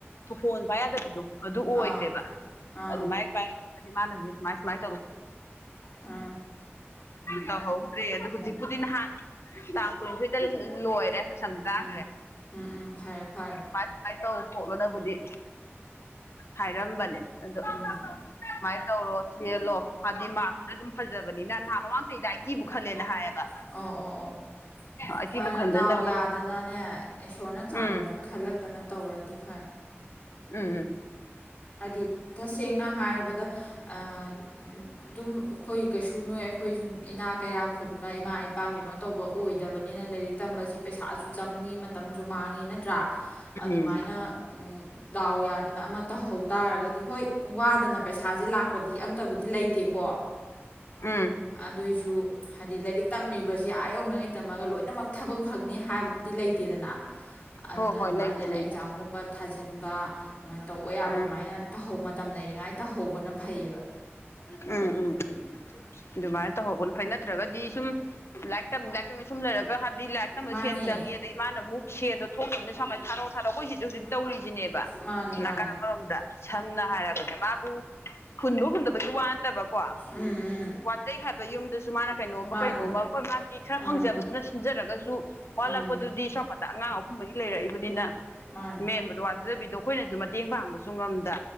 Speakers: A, on the left (about 65°); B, on the left (about 30°).
A: ꯐꯣꯟ ꯄꯥꯏꯅꯗꯕꯤꯗꯣ ꯑꯗꯨ
B: ꯑꯥ
A: ꯑꯣꯏꯒ꯭ꯔꯦꯕ
B: ꯑꯥ
A: ꯑꯗꯨꯃꯥꯏ ꯄꯥꯏꯒꯗꯤ ꯃꯥꯅꯁꯨ ꯁꯨꯃꯥꯏ ꯁꯨꯃꯥꯏ
B: ꯎꯝ
A: <unintelligible> ꯇꯧꯍꯧꯗ꯭ꯔꯦ ꯑꯗꯨ ꯍꯨꯖꯤꯛꯄꯨꯗꯤ ꯅꯍꯥꯟ ꯇꯥꯎ ꯀꯨꯟꯅꯤꯊꯣꯏꯗ ꯁꯤꯗ ꯂꯣꯏꯔꯦ ꯀꯁꯝ ꯆꯥꯒ꯭ꯔꯦ
B: ꯎꯝ ꯎꯝ ꯎꯝ ꯐꯔꯦ ꯐꯔꯦ
A: ꯁꯨꯃꯥꯏꯟ ꯁꯨꯃꯥꯏꯟ ꯇꯧ ꯈꯣꯠꯂꯣꯅꯕꯨꯗꯤ ꯍꯥꯏꯔꯝꯕꯅꯦ ꯑꯗꯣ
B: ꯎꯝ
A: ꯁꯨꯃꯥꯏ ꯇꯧꯔꯣ ꯂꯣ ꯍꯥꯗꯤ ꯃꯥꯔꯛꯇꯨꯅ ꯗꯨꯝ ꯐꯖꯕꯅꯤꯅ ꯅ ꯃꯃꯥꯡ ꯆꯍꯤꯗ ꯑꯩꯇꯤꯕꯨꯛ ꯈꯜꯂꯦꯅ ꯍꯥꯏꯌꯦꯕ
B: ꯑꯣ ꯑꯣ ꯑꯣ
A: ꯑꯩꯠꯇꯤꯕꯨ
B: ꯐꯔꯦ
A: ꯈꯟꯕꯅ
B: ꯗꯥꯎ
A: ꯅꯪ
B: ꯌꯥꯗꯅꯅꯦ ꯏꯁꯣꯔꯅ ꯆꯥꯟꯗꯅ
A: ꯎꯝ
B: ꯈꯜꯂꯛꯇꯅ ꯇꯧꯔꯗꯤ ꯐ꯭ꯔꯦ
A: ꯎꯝ
B: ꯍꯥꯏꯗꯤ ꯇꯁꯦꯡꯅ ꯍꯥꯏꯔꯕꯗ ꯑꯥ ꯗꯨꯝ ꯈꯣꯏ ꯀꯩꯁꯨ ꯅꯣꯏ ꯑꯩꯈꯣꯏ ꯁꯨꯝ ꯏꯅꯥ ꯀꯩꯔꯥꯛ ꯈꯨꯟꯕ ꯏꯃꯥ ꯏꯄꯥ ꯀꯩꯅꯣ ꯇꯧꯕ ꯑꯣꯏꯗꯕꯅꯤꯅ ꯂꯩꯏꯔꯤꯛ ꯇꯝꯕꯁꯤ ꯄꯩꯁꯥꯁꯨ ꯆꯪꯉꯤ ꯃꯇꯝꯁꯨ ꯃꯥꯡꯉꯤ ꯅꯠꯇ꯭ꯔꯥ ꯑꯗꯨꯃꯥꯏ
A: ꯎꯝ
B: ꯑꯩꯅ ꯎꯝ ꯗꯥꯎ ꯌꯥꯗꯅ ꯑꯃ ꯇꯍꯧ ꯇꯥꯔꯒꯗꯤ ꯍꯣꯏ ꯋꯥꯗꯅ ꯄꯩꯁꯥꯁꯦ ꯂꯥꯛꯄꯗꯤ ꯑꯝꯇꯕꯨꯗꯤ ꯂꯩꯇꯦꯀꯣ
A: ꯎꯝ
B: ꯑꯗꯨꯏꯁꯨ ꯍꯥꯏꯗꯤ ꯂꯏꯔꯤꯛ ꯇꯝꯃꯤ ꯕꯁꯤ ꯑꯥ ꯌꯧꯅꯉꯩ ꯇꯝꯃꯒ ꯂꯣꯏꯅꯃꯛ ꯊꯕꯛ ꯐꯪꯅꯤ ꯍꯥꯏꯕꯗꯤ ꯂꯩꯇꯦꯗꯅ ꯑꯗꯨꯅ
A: ꯍꯣꯏ ꯍꯣꯏ
B: ꯑꯗꯨꯃꯥꯏꯅ
A: ꯂꯩꯇꯦ ꯂꯩꯇꯦ
B: ꯑꯦꯛꯖꯥꯝꯒꯨꯝꯕ ꯊꯥꯖꯤꯟꯕ ꯑꯃꯥꯏ ꯇꯧꯕ ꯌꯥꯕ
A: ꯎꯝ
B: ꯑꯃꯥꯏꯅ ꯇꯍꯧ ꯃꯇꯝ ꯂꯩꯔꯤꯉꯥꯏ ꯇꯍꯧꯕꯅ ꯐꯩꯌꯦꯕ
A: ꯎꯝ ꯎꯝ ꯎꯝ ꯑꯗꯨꯃꯥꯏ ꯇꯧꯍꯧꯕꯅ ꯐꯩ ꯅꯠꯇ꯭ꯔꯒꯗꯤ ꯁꯨꯝ ꯂꯥꯏꯔꯤꯛ ꯇꯝ ꯂꯥꯏꯔꯤꯛ ꯇꯝꯃꯤ ꯁꯨꯝ ꯂꯩꯔꯒ ꯍꯥꯏ ꯗꯤ ꯂꯥꯏꯛ ꯇꯝꯕ
B: ꯃꯥꯅꯦ
A: ꯁꯦꯟ ꯆꯪꯉꯤ ꯑꯗꯩ ꯏꯃꯥꯅꯃꯨꯛ ꯁꯦꯟꯗꯣ ꯊꯣꯛꯇ꯭ꯔꯝꯅꯤꯅ ꯁꯣꯝꯀꯟ ꯊꯥꯔꯣ ꯊꯥꯔꯣ ꯈꯣꯏꯖꯤꯁꯨ ꯍꯧꯖꯤꯛ ꯇꯧꯔꯤꯁꯤꯅꯦꯕ
B: ꯃꯥꯅꯦ ꯃꯥ
A: ꯀꯟ ꯑꯃꯔꯣꯝꯗ ꯁꯝꯅ ꯍꯥꯏꯔꯕꯗ ꯃꯥꯕꯨ ꯍꯨꯟꯕ ꯍꯨꯟꯗꯕꯒꯤ ꯋꯥ ꯅꯠꯇꯕꯀꯣ
B: ꯎꯝ ꯎꯝ
A: ꯋꯥꯇꯩꯩ ꯍꯥꯏꯕ ꯌꯨꯝꯗꯁꯨ ꯃꯥꯅ ꯀꯩꯅꯣꯝꯃ
B: ꯃꯥꯅꯦ
A: ꯀꯩꯅꯣꯝꯃ ꯈꯣꯏ ꯃꯥꯒꯤ ꯈꯔ
B: ꯎꯝ
A: ꯐꯪꯖꯕꯗꯨꯅ ꯁꯤꯟꯖꯔꯒꯁꯨ ꯋꯥꯠꯂꯛꯄꯗꯨꯗꯤ
B: ꯎꯝ
A: ꯁꯣꯀꯟꯗ ꯑꯉꯥꯡ ꯑꯍꯨꯝ ꯃꯔꯤ ꯂꯩꯔꯛꯏꯕꯅꯤꯅ
B: ꯃꯥꯅꯦ
A: ꯃꯦꯟꯕꯗꯣ ꯋꯥꯖꯕꯤꯗꯣ ꯑꯈꯣꯏꯅꯁꯨ ꯃꯇ ꯇꯦꯡ ꯄꯥꯡꯕꯁꯨ ꯉꯝꯗ